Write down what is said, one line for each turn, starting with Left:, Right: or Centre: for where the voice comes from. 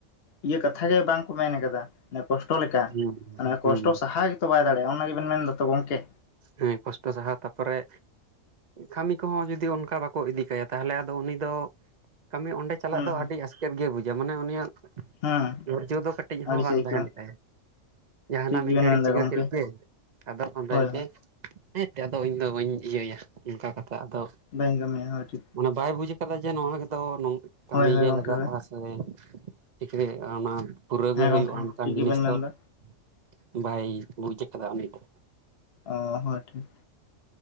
Left: ᱤᱭᱟᱹ ᱠᱟᱛᱷᱟ ᱜᱮ ᱵᱟᱝ ᱠᱚ ᱢᱮᱱ ᱠᱟᱫᱟ᱾ ᱮ ᱠᱚᱥᱴᱚ ᱞᱮᱠᱟ
Right: ᱦᱩᱸ
Left: ᱢᱟᱱᱮ
Right: ᱦᱩᱸ
Left: ᱠᱚᱥᱴᱚ ᱥᱟᱦᱟ ᱜᱮᱛᱚ ᱵᱟᱭ ᱫᱟᱲᱮᱭᱟᱜᱼᱟ᱾ ᱚᱱᱟ ᱜᱮᱵᱮᱱ ᱢᱮᱱ ᱮᱫᱟ ᱛᱚ ᱜᱚᱢᱠᱮ?
Right: ᱦᱮᱸ ᱠᱚᱥᱴᱚ ᱥᱟᱦᱟᱣ ᱛᱟᱯᱚᱨᱮ ᱠᱟᱹᱢᱤ ᱠᱚᱦᱚᱸ ᱡᱩᱫᱤ ᱚᱱᱠᱟ ᱵᱟᱠᱚ ᱤᱫᱤ ᱠᱟᱭᱟ ᱛᱟᱦᱚᱞᱮ ᱟᱫᱚ ᱩᱱᱤ ᱫᱚ ᱠᱟᱹᱢᱤ ᱚᱸᱰᱮ ᱪᱟᱞᱟᱜ
Left: ᱦᱩᱸ
Right: ᱫᱚ
Left: ᱦᱩᱸ
Right: ᱟᱹᱰᱤ ᱟᱥᱠᱮᱛ ᱜᱮ ᱵᱩᱡᱟ ᱢᱟᱱᱮ ᱩᱱᱤᱭᱟᱜ
Left: ᱦᱩᱸ
Right: ᱚᱨᱡᱚ ᱫᱚ ᱠᱟᱹᱴᱤᱡ
Left: ᱟᱹᱲᱤᱥᱮ
Right: ᱦᱚᱸ ᱵᱟᱝ
Left: ᱟᱹᱭᱠᱟᱹᱣᱟ
Right: ᱛᱟᱦᱮᱱ ᱞᱮᱠᱟᱭᱟ ᱾ ᱡᱟᱦᱟᱱᱟᱜ
Left: ᱴᱷᱤᱠ
Right: ᱢᱤᱫ
Left: ᱜᱮᱵᱮᱱ
Right: ᱜᱷᱟᱹᱲᱤᱡ
Left: ᱢᱮᱱᱫᱟ
Right: ᱪᱤᱠᱟᱹ
Left: ᱜᱚᱢᱠᱮ
Right: ᱠᱮᱫ ᱯᱮᱱ ᱟᱫᱚ ᱚᱸᱰᱮ
Left: ᱦᱳᱭ
Right: ᱜᱮ
Left: ᱦᱳᱭ
Right: ᱦᱮᱸᱛ, ᱟᱫᱚ ᱤᱧᱫᱚ ᱵᱟᱹᱧ ᱤᱭᱟᱹᱭᱟ ᱱᱚᱝᱠᱟ ᱠᱟᱛᱮᱜ ᱟᱫᱚ
Left: ᱵᱟᱧ ᱠᱟᱹᱢᱤᱭᱟ, ᱦᱳᱭ ᱴᱷᱤᱠ ᱾
Right: ᱢᱟᱱᱮ ᱵᱟᱭ ᱵᱩᱡ ᱠᱟᱫᱟ ᱡᱮ ᱱᱚᱣᱟ ᱜᱮᱫᱚ ᱱᱚ-ᱠᱟᱹᱢᱤ
Left: ᱦᱳᱭ ᱦᱳᱭ
Right: ᱜᱮ
Left: ᱜᱚᱝᱠᱮ
Right: ᱞᱟᱜᱟᱜᱼᱟ
Left: ᱦᱳᱭ
Right: ᱾ <unintelligible> ᱟ-ᱚᱱᱟ ᱯᱩᱨᱟᱹ
Left: ᱦᱮᱸ
Right: ᱜᱮ ᱦᱩᱭᱩᱜᱼᱟ
Left: ᱜᱚᱝᱠᱮ ᱦᱮᱸ
Right: ᱚᱱᱠᱟᱱ
Left: ᱴᱷᱤᱠ
Right: ᱡᱤᱱᱤᱥ
Left: ᱜᱮᱵᱮᱱ ᱢᱮᱱᱫᱟ
Right: ᱛᱚ ᱾ ᱵᱟᱭ ᱵᱩᱡ ᱠᱟᱫᱟ ᱩᱱᱤ ᱫᱚ᱾
Left: ᱚ ᱦᱳᱭ ᱴᱷᱤᱠ᱾